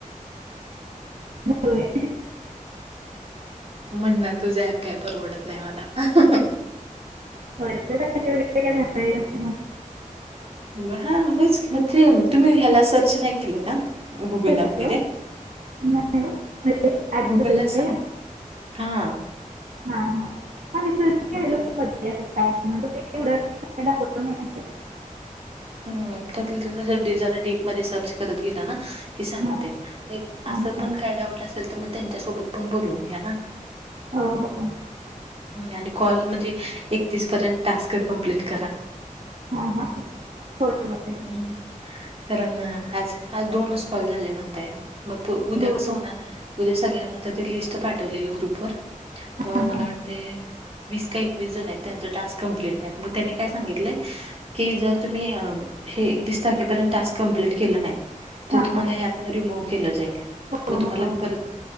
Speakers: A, on the right; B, on the right.
A: होय. होय.
B: म्हणार तुझा ॲप काय परवडत नाही मला.
A: <unintelligible> <unintelligible>
B: ब हा होयच की मग ते तुम्ही ह्याला सर्च नाही केलं का गुगल
A: कशाला?
B: ला वगैरे?
A: नाही हो. म्हणजे ॲपबद्दल
B: गुगलला
A: का
B: सांग
A: या?
B: हा
A: हां हां. हां मी सर्च
B: त
A: <unintelligible> एवढं काय दाखवलं नाही असं.
B: हम् त्यातल्या त्यात डी जरा डीप मध्ये सर्च करत गेल ना की सांगते.
A: हां
B: ये
A: हां
B: असं
A: हां.
B: पण काय डाऊट असेल तर मग त्यांच्यासोबत पण बोलुन घ्या ना.
A: हो हो.
B: आणि कॉल म्हणजे एकतीस पर्यंत टास्क कम्प्लीट करा.
A: हां हां. होय होय.
B: हम्म. कारण आज आज दोनच कॉल झाले म्हणताय, मग उद्या
A: हो.
B: कसं होणार? उद्या सगळ्यांना आता ते लिस्ट पाठवलेली ग्रुपवर, अ
A: हां
B: मला
A: हां.
B: वाटतय वीस काय एकवीस जण आहेत त्यांच टास्क कंप्लीट नाही मग त्यांनी काय सांगितलय कि जर तुम्ही हे एकतीस तारखेपर्यंत टास्क कम्प्लीट केलं नाही तर
A: हां.
B: तुम्हाला यातन रिमूव्ह केलं जाईल,
A: हो
B: मग तुम्हाला
A: हो.
B: परत